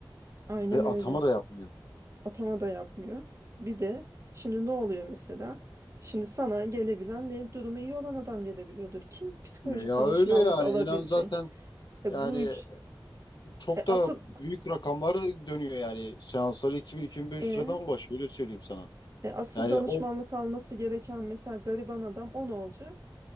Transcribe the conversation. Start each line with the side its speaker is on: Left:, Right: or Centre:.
Right: Aynen
Left: ve atama
Right: öyle.
Left: da yapmıyor.
Right: Atama da yapmıyor. Bir de şimdi ne oluyor mesela? Şimdi sana gelebilen ne durumu iyi olan adam gelebiliyordur. Kim psikolojik
Left: Ya
Right: danışmanlık
Left: öyle yani
Right: alabilecek?
Left: inan zaten
Right: E
Left: Yani
Right: bu ülke,
Left: çok
Right: e, asıl
Left: da büyük rakamlar dönüyor yani. Seansları 2000-2500
Right: e,
Left: liradan başlıyor öyle söyleyeyim sana.
Right: e, asıl
Left: Yani
Right: danışmanlık
Left: o
Right: alması gereken mesela gariban adam o ne olacak?